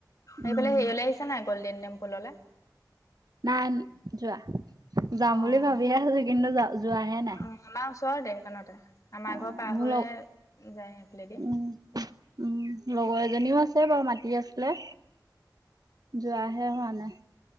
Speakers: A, on the right; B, on the left.
A: উম
B: এইফালে হেৰিয়লে আহিছা নাই গ'ল্ডেন টেম্পোললে
A: নাই যোৱা যাম
B: অ
A: বুলি ভাবিয়ে আছোঁ কিন্তু যা যোৱাহে নাই
B: অ আমাৰ ওচৰতে সেইকণতে আমাৰ
A: অ
B: ঘৰ পাৰ
A: মোৰ
B: হৈয়ে
A: লগ
B: যায় সেইফালেদি
A: উম উম লগৰ এজনীও আছে বাৰু মাতি আছিলে যোৱাহে হোৱা নাই